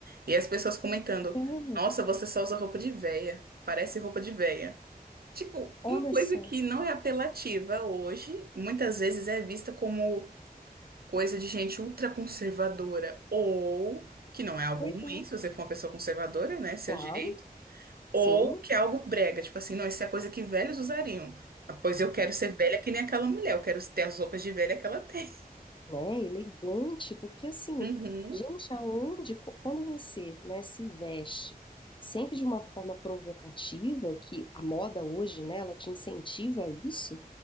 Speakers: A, on the right; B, on the left.
A: E as pessoas comentando,
B: É,
A: nossa, você só usa roupa de véia, parece roupa de véia. Tipo,
B: olha
A: uma coisa
B: só.
A: que não é apelativa hoje, muitas vezes é vista como coisa de gente ultraconservadora, ou que não é algo
B: Pois
A: ruim
B: é,
A: se você for uma pessoa conservadora, né, seu
B: claro,
A: direito, ou
B: sim.
A: que é algo brega, tipo assim, não, isso é coisa que velhos usariam. Ah, Pois eu quero ser velha que nem aquela mulher, eu quero ter as roupas de velha que ela tem.
B: né, elegante, porque assim,
A: Uhum,
B: gente, aonde, co- quando você, né, se veste sempre de uma forma provocativa, que a moda hoje, né, ela te incentiva a isso,